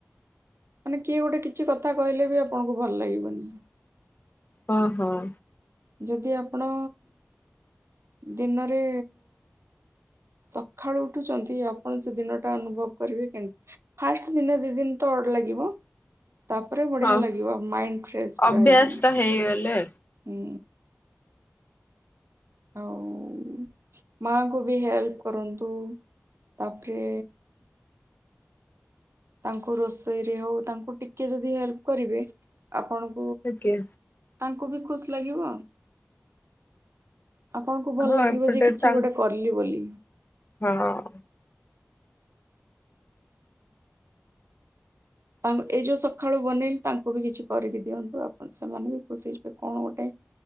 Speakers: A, on the right (about 85°); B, on the left (about 45°).
A: ମାନେ କିଏ ଗୋଟେ କିଛି କଥା କହିଲେବି, ଆପଣଙ୍କୁ ଭଲ ଲାଗିବନି।
B: ହଁ ହଁ।
A: ଯଦି ଆପଣ, ଦିନରେ ସକାଳୁ ଉଠୁଛନ୍ତି, ଆପଣ ସେ ଦିନ ଟା ଅନୁଭବ କରିବେ କେମତି। ଫାଷ୍ଟ ଦିନେ, ଦି ଦିନି ତ ଅଡ ଲାଗିବ, ତାପରେ ବଢିଆ
B: ହଁ
A: ଲାଗିବ, ମାଇଣ୍ଡ ଫ୍ରେଶ୍ ପୁରା
B: ଅଭ୍ୟାସ
A: ହେଇଯିବ।
B: ଟା ହେଇଗଲେ
A: ହୁଁ। ଆଉ, ମାଙ୍କୁ ବି ହେଲ୍ପ କରନ୍ତୁ, ତାପରେ ତାଙ୍କୁ ରୋଷେଇରେ ହଉ, ତାଙ୍କୁ ଟିକେ ଯଦି ହେଲ୍ପ କରିବେ, ଆପଣ
B: ଓକେ।
A: ତାଙ୍କୁ ବି ଖୁସି ଲାଗିବ, ଆପଣଙ୍କୁ ଭଲ
B: ହଁ
A: ଲାଗିବ
B: ଏପଟେ
A: ଯେ କିଛି
B: ତାଙ୍କ
A: ଗୋଟେ କଲି ବୋଲି।
B: ହଁ।
A: ତାଙ୍କ, ଏଇ ଯୋଉ ସକାଳୁ ବନେଇ ତାଙ୍କୁ ବି କିଛି କରିକି ଦିଅନ୍ତୁ, ଆପଣ ସେମାନେ ବି ଖୁସି ହେଇଯିବେ କଣ ଗୋଟେ